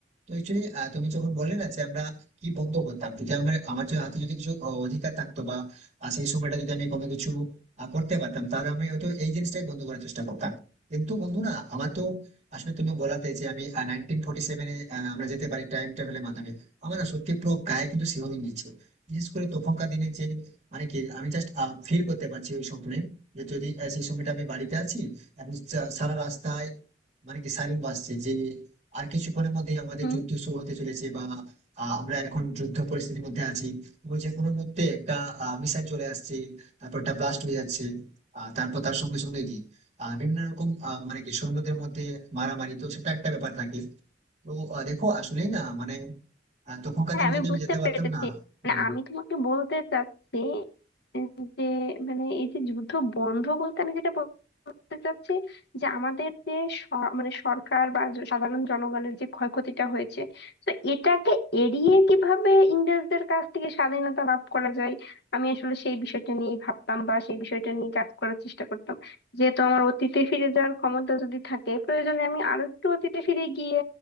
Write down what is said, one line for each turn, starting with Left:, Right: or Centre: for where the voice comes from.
Right: তো অ্যাকচুয়ালি তুমি যখন বললে না যে আমরা কি বন্ধ করতাম যদি আমার আমার যদি হাতে যদি কিছু আহ, অধিকার থাকতো বা আহ, সেই সময়টা যদি আমি কোনো কিছু আহ, করতে পারতাম তাহলে আমি হয়তো এই জিনিসটাই বন্ধ করার চেষ্টা করতাম কিন্তু বন্ধু না আমার তো আসলে তুমি বলাতে যে আমি নাইনটিন ফোর্টি সেভেনে আমরা যেতে পারি টাইম ট্রাভেলের মাধ্যমে আমার না সত্যি পুরো গায়ে কিন্তু শিহরণ দিচ্ছে বিশেষ করে তখনকার দিনে যে মানে কি আমি জাস্ট ফিল করতে পারছি ওই স্বপ্নে যে যদি আহ, সেই সময়টা আমি বাড়িতে আছি এবং সা- সারা রাস্তায় মানে কি সাইরেন বাজছে যে আর কিছুক্ষণের মধ্যে আমাদের
Left: হুম
Right: যুদ্ধ শুরু হতে চলেছে বা আহ, আমরা এখন যুদ্ধ পরিস্থিতির মধ্যে আছি এবং যে কোনো মুহূর্তে একটা মিসাইল চলে আসছে তারপর একটা ব্লাস্ট হয়ে যাচ্ছে আহ, তারপর তার সঙ্গে সঙ্গে কি আহ, বিভিন্ন রকম আহ, মানে কি সৈন্যদের মধ্যে মারামারি তো সেটা একটা ব্যাপার থাকে তো আহ, দেখো আসলেই না মানে আহ, তখনকার
Left: হ্যাঁ
Right: দিনে
Left: আমি
Right: যদি
Left: বুঝতে
Right: আমি যেতে পারতাম
Left: পেরেছি
Right: না
Left: মানে
Right: হম
Left: আমি তোমাকে বলতে চাচ্ছি উম, যে মানে এই যে যুদ্ধ বন্ধ বলতে আমি যেটা বলতে চাচ্ছি যে আমাদের যে স- মানে সরকার বা জ- সাধারণ জনগণের যে ক্ষয়ক্ষতিটা হয়েছে তো এটাকে এড়িয়ে কিভাবে ইংরেজদের কাছ থেকে স্বাধীনতা লাভ করা যায় আমি আসলে সেই বিষয়টা নিয়ে ভাবতাম বা সেই বিষয়টা নিয়ে কাজ করার চেষ্টা করতাম যেহেতু আমার অতীতে ফিরে যাওয়ার ক্ষমতা যদি থাকে প্রয়োজনে আমি আরো একটু অতীতে ফিরে গিয়ে